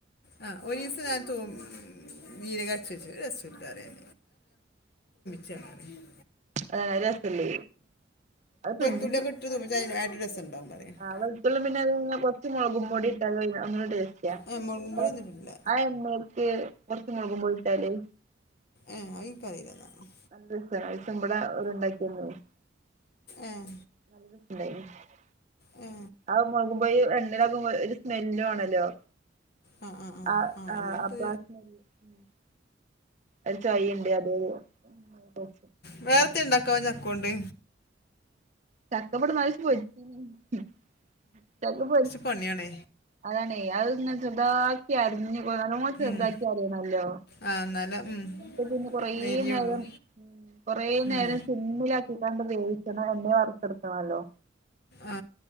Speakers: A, on the left; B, on the right.
A: ആ ഒരു ദിവസംഞാൻ തുമ് മ് മ് ജീരകരച്ച്‌ ഒര് രസുല്യാപറഞ്ഞ <unintelligible>
B: അതാണ് രസല്ല ത്അത് തിന്ന്
A: <unintelligible>
B: ആ വെളുത്തുള്ളപിന്നെ അ കൊച്ച് മുളകും പൊടി ഇട്ടാ ലും ഭയങ്കര ട്ടാസ്റ്റ്‌-
A: ഏ മുളകും പൊടി
B: ആഹ്
A: ഒന്നും ഇട്ടിട്ടില്ല
B: ആ എമ്മേ? കുറച്ച്ചമുളകും പൊടി ട്ടാല്
A: ഏ അത് എനിക്കറിയില്ല എന്നാ
B: അനല്ല രസായിരി തുമ്പടെഓ ര് ഉണ്ടാകി തന്നേനി
A: ഏഹ്
B: നല്ലരു പ് <unintelligible>
A: ഏ
B: ആഹ് മൊളകു ബജി എണ്ണയിലാകുമ്പോ ഒരു സ്മെല്ലും ആണല്ലോ
A: ആ ആ ആ
B: ആഹ്
A: ആ
B: ആഹ്
A: എന്നിട്ട്
B: അപ്പാ സ്മെല്ല്ഹും ഒരു ചോയിണ്ട് അത് -ഒരു
A: വേറെത്തെണ്ടാകുവോ അകൗണ്ട്.
B: ചക്കപടനാപൊ രിച്ചിന്നു പോയി ചക്കപൊരി
A: ഇക് പണി യാണ്.
B: അതാണേ. അത് ഇങ്ങനെ ചെറ്താക്കി അരിഞ്ഞു നല്ലോണം ചെറുതാക്കി
A: ഉം.
B: അരിയണല്ലോ
A: ആ എന്നാലും ഉം
B: അപ്പ പിന്നെ കൊറേ
A: നേരിയുള്ളൂ
B: നേരം കൊറേ നേരം
A: ഉം
B: സിമ്മിലാക്കി ഇതാണ്ട് വേവിക്കണല്ലോ എണ്ണേ വർത്ത്ട്‌ ക്കണല്ലോ
A: ആ